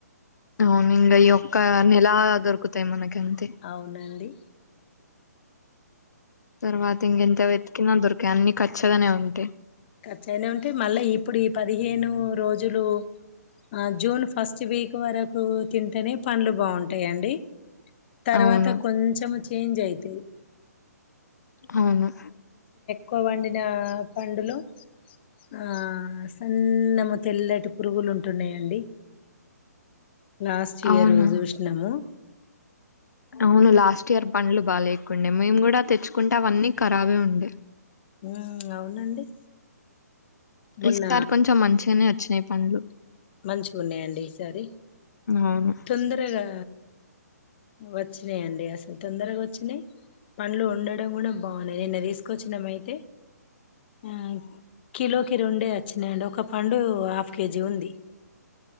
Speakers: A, on the left; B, on the left.
A: అవును ఇంగా ఈ ఒక్క నెల దొకుతయి మనకి అంతే
B: అవునండి
A: తర్వాత ఇంగ ఎంత వె కిన దొరికయి అన్ని ఖచ్చగానే ఉంటాయి
B: ఖచ్చగనే ఉంటాయ్ మళ్ళీ ఇప్పుడు ఈ పదిహేను రోజులు ఆ జూన్ ఫస్ట్ వీక్ వరకు తింటేనే పండ్లు బాగుంటాయిండి తర్వాత
A: అవును
B: కొంచెం చేంజ్ అయి తెయ్
A: అవును
B: కో వండిన పండులో ఆ సన్నము తెల్లటి పురుగులు ఉంటున్నాయండి లాస్ట్ ఇయర్
A: అవునా
B: చూసినాము
A: అవును లాస్ట్ ఇయర్ పండ్లు బా లేకుండే మేము కూడా తెచ్చుకుంటామ్అవన్నీ రాబే ఉండే
B: ఉమ్ అవునండి మొన్న
A: ఈసారి కొంచెం మంచిగానే వచ్చినాయి పండ్లు
B: మంచిగ ఉన్నాయంండి ఈసారి
A: అవును
B: తొందరగా వచ్చినాయిండి అసలు తొందరగా వచ్చినాయి పండ్లు వండడం కూడా బాగున్నాయి నిన్న తీసుకొచ్చినమయితే మ్ కిలోకి రెండే వచ్చినాయండి ఒక పండు హాఫ్ కేజీ ఉంది ప